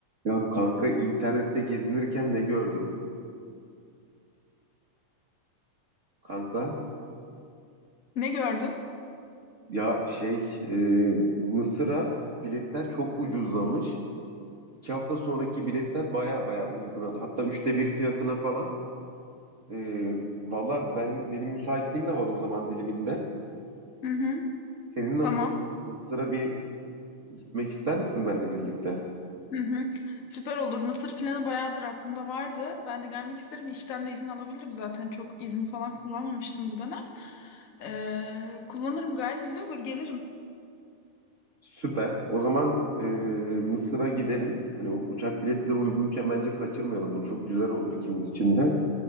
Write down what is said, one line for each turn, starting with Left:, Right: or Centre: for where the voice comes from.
Right: Ya kanka internette gezinirken ne gördüm? Kanka
Left: Ne gördün?
Right: ya şey e, Mısır'a biletler çok ucuzlamış. İki hafta sonraki biletler baya baya uyguna. Hatta üçte bir fiyatına falan. E, valla benim, benim müsaitliğim de var o zaman diliminde.
Left: Hı hı.
Right: Senin nasıl?
Left: Tamam.
Right: Mısır'a bir gitmek ister misin benimle birlikte?
Left: Hı hı. Süper olur. Mısır planı bayağıdır aklımda vardı. Ben de gelmek isterim. İşten de izin alabilirim zaten. Çok izin falan kullanmamıştım bu dönem. Ee, kullanırım gayet güzel olur. Gelirim.
Right: Süper. O zaman e, Mısır'a gidelim. Hani o uçak bileti de uygunken bence kaçırmayalım bunu. Çok güzel olur ikimiz için de.